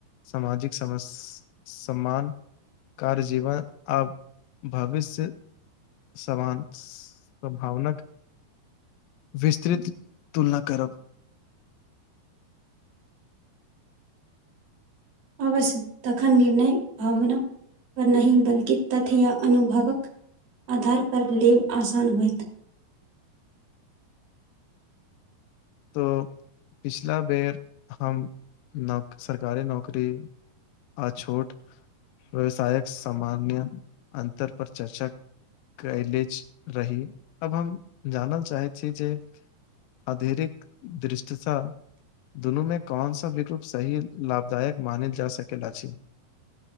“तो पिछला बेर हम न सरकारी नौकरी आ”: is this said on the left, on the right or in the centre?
Left